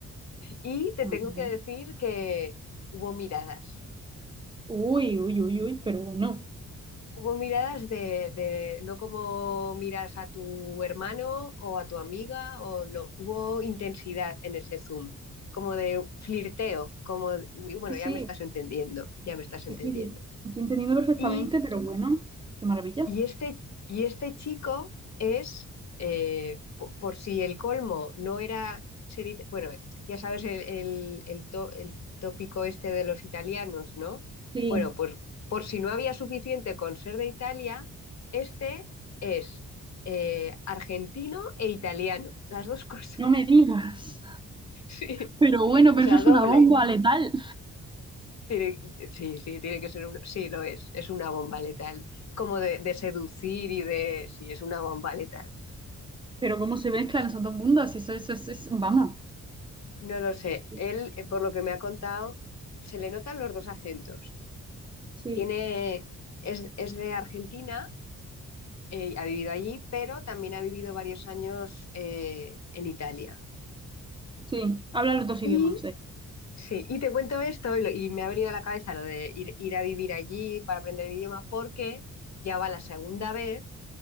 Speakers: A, on the left (about 50°); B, on the right (about 15°).
A: Y te
B: Ah,
A: tengo que
B: no.
A: decir que hubo miradas.
B: Uy, uy, uy, uy, pero bueno.
A: Hubo miradas de, de no como miras a tu hermano o a tu amiga o no. Hubo intensidad en ese Zoom, como de flirteo, como, de, "Uy, bueno,
B: Sí,
A: ya
B: sí,
A: me estás entendiendo, ya me estás
B: sí,
A: entendiendo.
B: sí, lo estoy entendiendo perfectamente,
A: Y
B: pero bueno, qué maravilla.
A: Y este, y este chico es, eh, po- por, si el colmo no era ser, it- bueno, ya sabes el, el- el to- el tópico este de los italianos, ¿no?
B: Sí,
A: Bueno, pues por si no había suficiente con ser de Italia, este es eh, argentino e italiano, las dos cosas,
B: no me digas.
A: <laughs> sí,
B: Pero bueno,
A: o
B: pero
A: sea,
B: eso es
A: doble.
B: una bomba letal.
A: Tiene- sí, sí, tiene que ser uno, sí, lo es, es una bomba letal, como de, de seducir y de, sí, es una bomba letal.
B: Pero cómo se mezclan
A: sí.
B: esos dos mundos, eso, eso, eso es, vamos.
A: No lo sé.
B: Es-
A: Él, eh, por lo que me ha contado, se le notan los dos acentos.
B: Sí,
A: Tiene, es, es de Argentina, eh, ha vivido allí, pero también ha vivido varios años eh, en Italia.
B: sí, habla los dos
A: Y
B: idiomas. eh.
A: Sí, y te cuento esto y, lo- y me ha venido a la cabeza lo de ir, ir a vivir allí para aprender el idioma, porque ya va la segunda vez